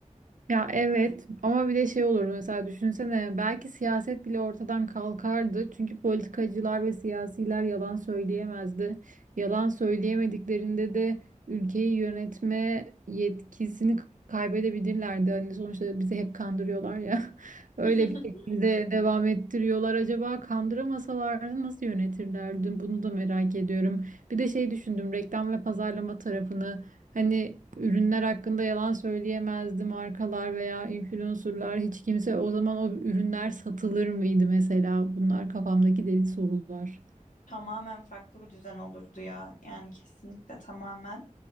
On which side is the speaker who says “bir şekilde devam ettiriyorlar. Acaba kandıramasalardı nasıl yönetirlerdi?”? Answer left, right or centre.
Right